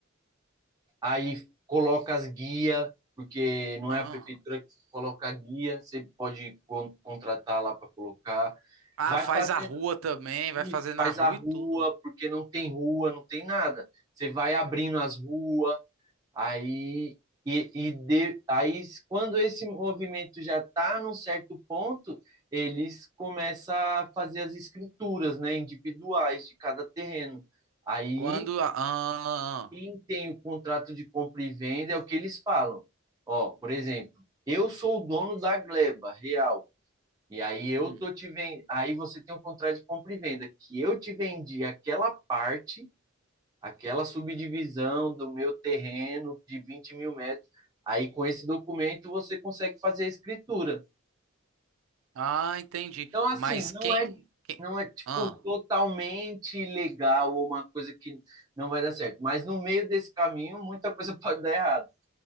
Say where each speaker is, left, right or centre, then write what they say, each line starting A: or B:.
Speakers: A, on the right; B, on the right.
A: aí coloca as guias, porque não
B: Ah,
A: é a prefeitura que coloca a guia, você pode contratar lá para colocar.
B: ah,
A: Vai
B: faz
A: fazer
B: a rua também,
A: Isso,
B: vai fazer na
A: faz
B: rua
A: a rua,
B: e tudo.
A: porque não tem rua, não tem nada. Você vai abrindo as ruas, aí e, e de- aí quando esse movimento já está num certo ponto, eles começam a fazer as escrituras, né, individuais de cada terreno. Aí
B: Quando. a- Ah, ah,
A: quem
B: ah.
A: tem o contrato de compra e venda é o que eles falam. Ó, por exemplo, eu sou o dono da gleba real. E aí eu
B: hum.
A: tô te vendo, aí você tem um contrato de compra e venda que eu te vendi aquela parte, aquela subdivisão do meu terreno de 20 mil metros. Aí com esse documento você consegue fazer a escritura.
B: Ah, entendi.
A: Então assim,
B: Mas
A: não
B: quem.
A: é
B: quem...
A: não é tipo
B: Ah.
A: totalmente legal ou uma coisa que não vai dar certo, mas no meio desse caminho muita coisa <laughs> pode dar errado,